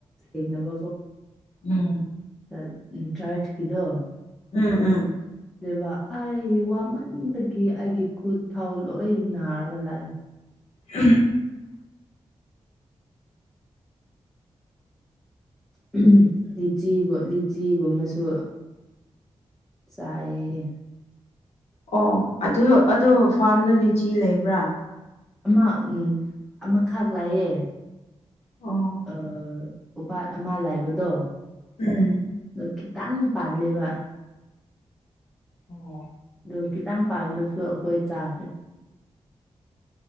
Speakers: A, in the centre; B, on the left (about 75°).
A: ꯊꯦꯡꯅꯕꯀꯣ
B: ꯎꯝ
A: <unintelligible>
B: ꯎꯝ ꯎꯝ
A: ꯗꯕ ꯑꯩ ꯋꯥꯃꯟꯗꯒꯤ ꯑꯩꯒꯤ ꯈꯨꯠ ꯊꯥꯎ ꯂꯣꯢ ꯅꯥꯔꯒ ꯂꯥꯛꯑꯦ
B: ꯎꯝ
A: <unintelligible> ꯂꯤꯆꯤꯒ ꯂꯤꯆꯤꯒꯨꯝꯕꯁꯨ ꯆꯥꯢꯌꯦ
B: ꯑꯣ ꯑꯗꯨ ꯑꯗꯨ ꯐꯥꯔꯝꯗꯣ ꯂꯤꯆꯤ ꯂꯩꯕ꯭ꯔꯥ
A: ꯑꯃ ꯎꯝ ꯑꯃꯈꯛ ꯂꯩꯑꯦ
B: ꯑꯣ
A: ꯑ ꯎꯄꯥꯜ ꯑꯃ ꯂꯩꯕꯗꯣ
B: ꯎꯝ
A: ꯑꯗꯣ ꯈꯤꯇꯪ ꯄꯥꯜꯂꯦꯕ
B: ꯑꯣ
A: ꯑꯗꯨ ꯈꯤꯇꯪ ꯄꯥꯟꯕꯗꯁꯨ ꯑꯩꯈꯣꯏ ꯆꯥꯈ꯭ꯔꯦ